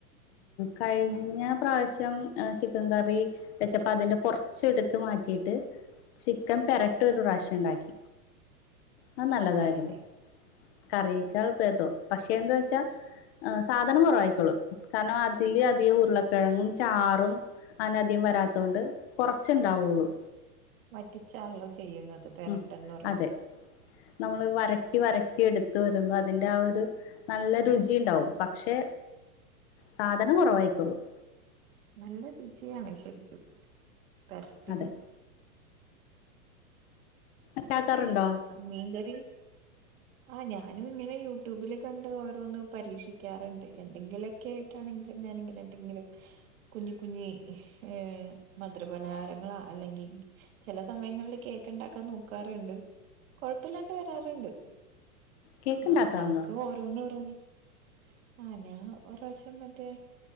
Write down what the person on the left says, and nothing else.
കഴിഞ്ഞ
പ്രാവശ്യം ചിക്കൻ കറി വെച്ചപ്പ അതിന്റെ കൊറ ച്ചെടുത്ത് മാറ്റിയിട്ട് ചിക്കൻപെരട്ട് ഒരു പ്രാവശ്യുണ്ടാക്കി അത് നല്ലതായിരുന്നു
കറിയെക്കാൾ ഭേദാ പക്ഷെ എന്തവെച്ചാ സാധനം കൊറവായ്ക്കോളും കാരണം അതില് അധികം ഉരുളക്കെഴങ്ങും ചാറും അങ്ങനധികം വരത്തോണ്ട് കുറച്ചെണ്ടാവുള്ളൂ
ഉം
അതെ നമ്മള് വരട്ടി വരട്ടിയെടുത്ത് വരുമ്പോ അതിന്റെ ആ ഒരു നല്ല രുചിയുണ്ടാവും പക്ഷെ സാധനം കൊറവായിക്കോളും
അതെ ണ്ടാക്കാറുണ്ടോ?
കേക്ക് ഉണ്ടാക്കാറുണ്ടോ